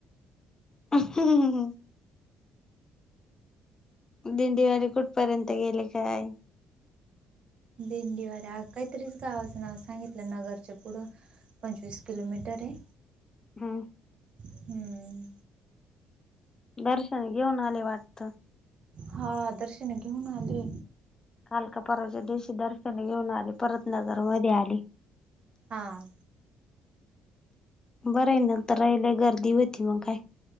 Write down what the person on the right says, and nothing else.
दिंडीवारी आग कायतरीच गावाचं नाव सांगितलं नगरच्या पुढं पंचवीस किलोमीटर ये.
हुं
हा दर्शन घेऊन आले.
हां